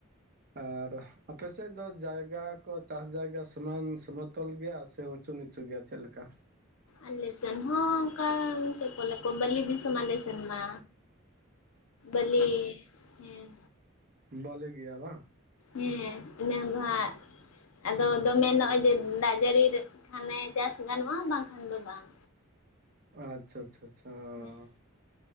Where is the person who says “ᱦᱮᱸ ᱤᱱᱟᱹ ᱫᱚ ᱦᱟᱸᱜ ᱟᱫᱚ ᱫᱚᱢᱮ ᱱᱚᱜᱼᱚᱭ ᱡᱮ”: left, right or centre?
Left